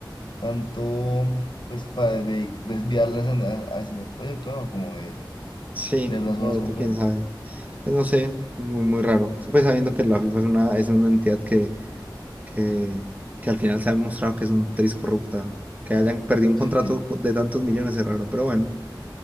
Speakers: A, on the left; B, on the right.
A: tanto, pues, para de- desviarlas en- a- hacia el proyecto, ¿no? Como de,
B: Sí,
A: de verdad solo
B: lo
A: hacer
B: otro
A: un
B: quién
A: juego.
B: sabe. Pues no sé, muy, muy raro. Pues sabiendo que la FIFA es una, es una entidad que, que, que al final se ha demostrado que es un tris corrupta. Que hayan perdido un
A: Sí,
B: contrato
A: sí,
B: de tantos millones es raro, pero bueno.